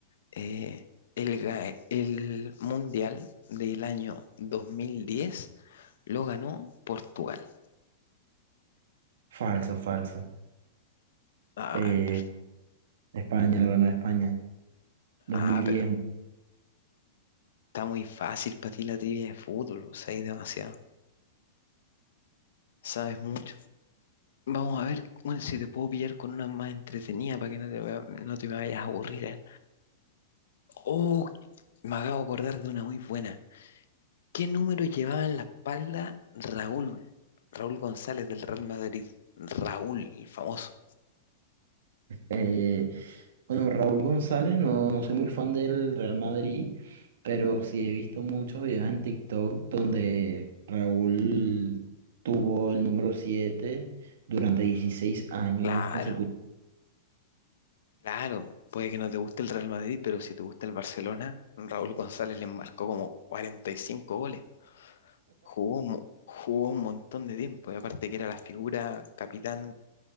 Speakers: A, on the left (about 75°); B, on the right (about 70°).
A: Eh, el, ga- el Mundial del año 2010 lo ganó Portugal.
B: Falso, falso.
A: Ah,
B: Eh,
A: pero,
B: España, lo ganó España. 2010.
A: ah, pero está muy fácil para ti la trivia de fútbol, o sea, hay demasiado. Sabes mucho. Vamos a ver bueno, si te puedo pillar con una más entretenida para que no te, vaya- no te me vayas a aburrir. ¿eh? Oh, me acabo de acordar de una muy buena. ¿Qué número llevaba en la espalda Raúl? Raúl González del Real Madrid. Raúl, el famoso.
B: eh, Bueno, Raúl González, no, no soy muy fan del Real Madrid, pero sí he visto muchos videos en TikTok donde Raúl tuvo el número 7 durante 16 años
A: Claro,
B: consecutivos.
A: claro. Puede que no te guste el Real Madrid, pero si te gusta el Barcelona, Raúl González le marcó como 45 goles. Jugó, un mo- jugó un montón de tiempo. Y aparte que era la figura capitán